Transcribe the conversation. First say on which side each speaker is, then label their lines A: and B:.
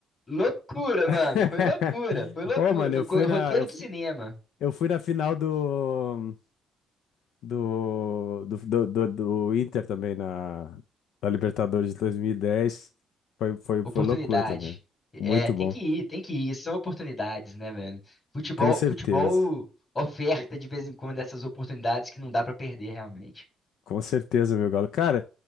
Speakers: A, on the left; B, on the left.
A: Loucura,
B: <laughs>
A: mano. Foi loucura, foi loucura.
B: Ô, mano,
A: Foi
B: eu
A: co-
B: fui
A: roteiro
B: na, eu,
A: de
B: fu-
A: cinema.
B: eu fui na final do. do, do, do, do, do Inter também na, na Libertadores de dois mil e dez Foi, foi,
A: Oportunidade.
B: foi loucura também.
A: É,
B: Muito
A: tem
B: bom.
A: que ir, tem que ir. São oportunidades, né, velho? Futebol,
B: Com certeza.
A: futebol oferta de vez em quando essas oportunidades que não dá pra perder realmente.
B: Com certeza, meu galo. Cara,